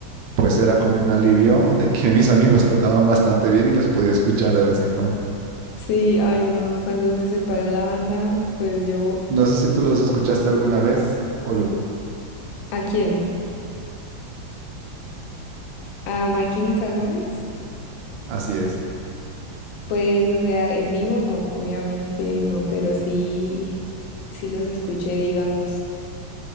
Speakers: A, on the right; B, on the left.
A: pues era como un alivio de que <laughs> mis amigos tocaban bastante bien y los podía escuchar de vez en cuando.
B: sí, ay no. Cuando se separó la banda, pues yo,
A: No sé si tú los escuchaste alguna vez o lo-
B: ¿a quiénes? ¿A My Chemical Romance?
A: así es.
B: Pues, o sea, en vivo no, obviamente no, pero sí, sí los escuché, digamos